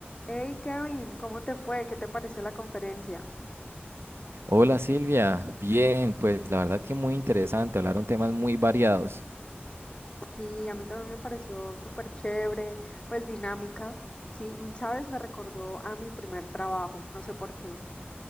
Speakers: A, on the left; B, on the right.
A: Hey Kevin, ¿cómo te fue? ¿Qué te pareció la conferencia?
B: Hola Silvia, bien, pues la verdad que muy interesante, hablaron temas muy variados.
A: Sí, a mí también me pareció súper chévere, pues dinámica. Sí, mm, sabes, me recordó a mi primer trabajo, no sé por qué.